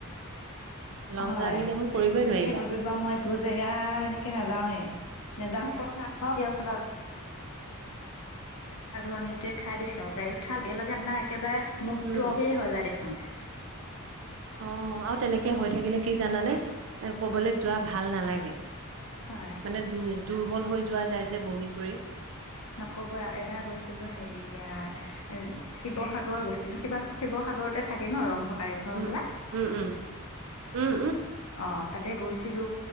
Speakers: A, on the right (about 60°); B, on the left (about 85°).
A: লং
B: হয়
A: জাৰ্ণি দেখোন কৰিবই নোৱাৰিবা
B: সেইবাবে বা মই। দূৰ জেগা এনেকে নাযাওৱে নাযাও কত সাহত দি ৰখিবা। মাথা ঘূৰিণিটোৱে খাই দিছে গাড়ীত উঠাৰ লগে লগে আপোনাৰ একেবাৰে মুডটো
A: উম
B: অফেই হৈ যায় দেখোন। হম্।
A: অ আৰু তেনেকে হৈ থাকিলে কি জানানে। ক'বলৈ যোৱা ভাল নালাগে
B: হয়
A: মানে দুৰ্বল হৈ যোৱা যায়। যে বমি কৰি
B: নকব আৰু এবাৰ গৈছিলো হেৰিয়া। শিৱসাগৰ গৈছিলোঁ শিৱ শিৱসাগৰতে থাকে ন ৰংঘৰ। কাৰেংঘৰ হ'বলা
A: উম উম উম। উম
B: অ তাতে গৈছিলো